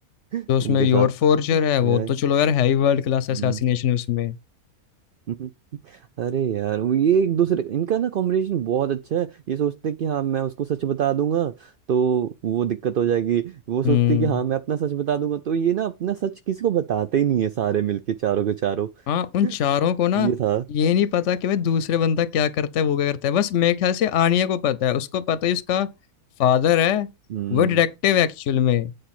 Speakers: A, on the right (about 60°); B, on the left (about 60°).
A: <laughs>
B: जो उसमें
A: उनके
B: योर
A: साथ
B: फोर्जर है
A: यार
B: वो तो चलो यार है ही वर्ल्ड क्लास असैसिनेशन
A: हम्म
B: उसमें
A: <laughs> अरे यार वो ये एक दूसरे इनका ना कॉम्बिनेशन बहुत अच्छा है ये सोचते हैं कि हाँ मैं उसको सच बता दूंगा तो वो दिक्कत हो जाएगी वो सोचते
B: हम्म
A: हैं कि हाँ मैं अपना सच बता दूंगा तो ये ना अपना सच किसी को बताते ही नहीं है सारे मिलके चारों के चारों
B: हाँ उन
A: <laughs>
B: चारों को ना
A: ये था
B: ये नहीं पता कि भाई दूसरे बंदा क्या करता है वो क्या करता है बस मेरे ख्याल से आनिया को पता है उसको पता है उसका फादर है
A: हम्म
B: वो डिटेक्टिव एक्चुअल में